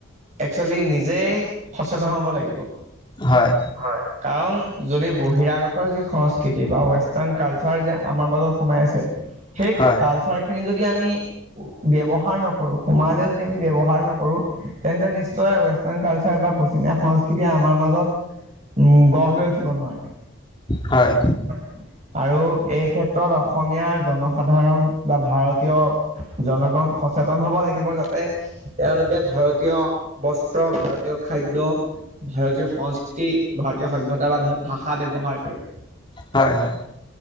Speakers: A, on the right; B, on the left.
A: একচুৱেলি নিজেই সচেতন হ'ব লাগিব।
B: হয়।
A: হয়, কাৰণ যদি বহিৰাগতৰ যি সংস্কৃতি বা ৱেষ্টাৰ্ণ কালচাৰ যে আমাৰ মাজত সোমাই আছে। সেই
B: হয়
A: কালচাৰ খিনি যদি আমি ব্যৱহাৰ নকৰোঁ, সোমালেও যদি আমি ব্যৱহাৰ নকৰোঁ, তেন্তে নিশ্চয় ৱেষ্টাৰ্ণ কালচাৰ বা পশ্চিমীয়া সংস্কৃতিয়ে আমাৰ মাজত গঢ় লৈ উঠিব নোৱাৰে।
B: হয়।
A: <unintelligible> আৰু এই ক্ষেত্ৰত অসমীয়া জনসাধাৰণ বা ভাৰতীয় জনগন সচেতন হ'ব লাগিব, যাতে তেওঁলোকে ভাৰতীয়। বস্ত্ৰ ভাৰতীয় খাদ্য। ভাৰতীয় সংস্কৃতি ভাৰতীয় সভ্যতাৰ বা ভাষা ব্যৱহাৰ কৰে।
B: হয়, হয়।